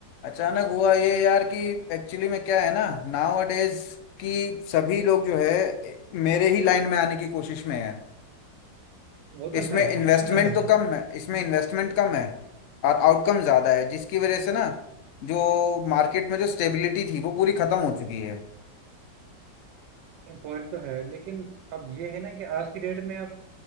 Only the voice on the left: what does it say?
अचानक हुआ ये यार कि एक्चुअली में क्या है ना नाउ अडेज कि सभी लोग जो है मेरे ही लाइन में आने की कोशिश में है
इसमें
इन्वेस्टमेंट
तो कम है इसमें इन्वेस्टमेंट कम है और आउटकम ज़्यादा है जिसकी वजह से ना जो मार्केट में जो स्टेबिलिटी थी वो पूरी ख़त्म हो चुकी है